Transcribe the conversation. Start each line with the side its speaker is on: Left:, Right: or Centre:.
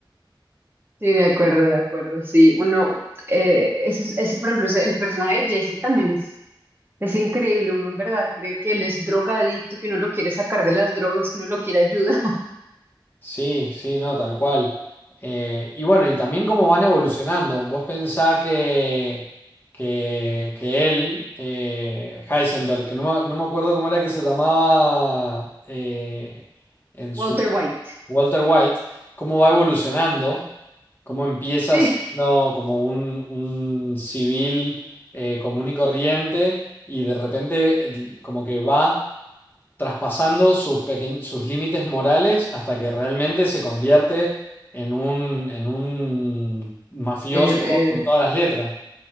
Right: sí, de acuerdo, de acuerdo. Sí, uno, eh, eso, es- ese, por ejemplo, ese- el personaje de Jesse también es, es increíble. Uno en verdad cree que él es drogadicto, que uno lo quiere sacar de las drogas, que uno lo quiere ayudar.
Left: Sí, sí, no, tal cual. Eh, y bueno, y también cómo van evolucionando. Vos pensá que, que, que él, eh, Heisenberg, que no me, no me acuerdo cómo era que se llamaba eh, en
Right: <laughs>
Left: su
Right: Walter White.
Left: Walter White, cómo va evolucionando, cómo empieza
Right: Sí.
Left: siendo como un, un civil eh, común y corriente y de repente eh, como que va traspasando sus, peque- sus límites morales hasta que realmente se convierte en un, en un mafioso
Right: Eh, eh,
Left: con todas las letras.